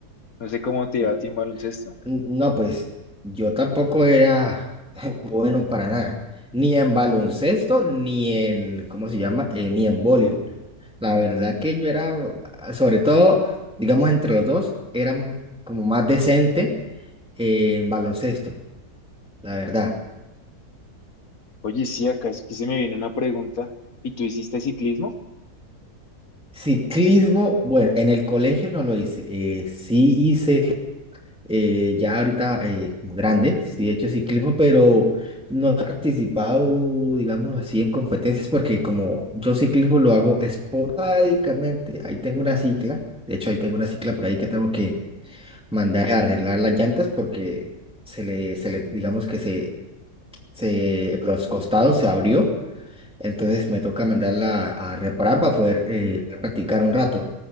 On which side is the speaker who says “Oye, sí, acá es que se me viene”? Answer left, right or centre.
Left